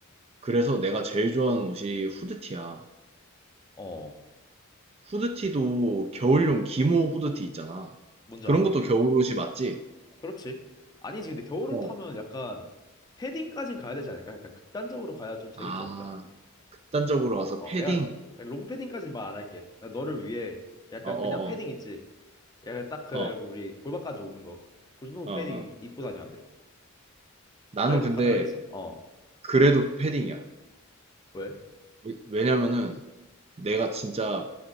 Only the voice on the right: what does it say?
그래서 내가 제일 좋아하는 옷이 후드티야.
후드티도 겨울용
기모 후드티 있잖아.
그런
것도 겨울옷이 맞지?
어.
아,
극단적으로 와서
패딩.
어 어
어.
어.
어어.
나는
근데
그래도 패딩이야.
왜- 왜냐면은 내가 진짜